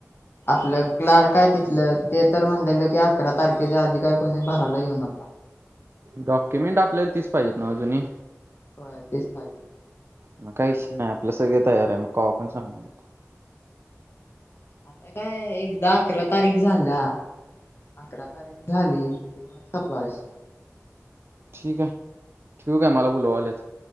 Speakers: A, on the left (about 50°); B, on the right (about 50°).
A: आपलं क्लार्क आहे तिथलं ते तर म्हणलं की अकरा तारखेच्या आधी काही कोणी भराला येऊ नका.
B: डॉक्युमेंट आपल्याला तीच पाहिजेत न व जुनी?
A: होय तेच पाहिजेत.
B: मग का विषय नाही आपला सगळे तयार आहे मग कवा पण सांगू देत.
A: आता काय एकदा अकरा तारीख झाल्या अकरा तारीख झाली. <unintelligible>
B: ठीकय ठेऊ काय? मला बोलवालेत.